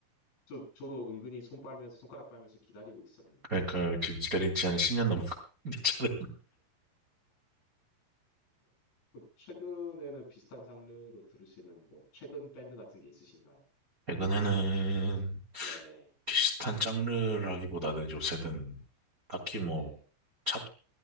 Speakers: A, on the left (about 65°); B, on the right (about 35°).
A: 저, 저도 은근히 손 빨면서, 손가락 빨면서 기다리고 있었는데,
B: 그러니까 지금 기다린 지한 10년 넘었는데, <laughs> 저는.
A: 그럼 최근에는 비슷한 장르로 들으시는 뭐 최근 밴드 같은 게 있으신가요?
B: 에는
A: 네네,
B: 비슷한 장르라기보다는 요새는 딱히 뭐,
A: 네네.
B: 찾,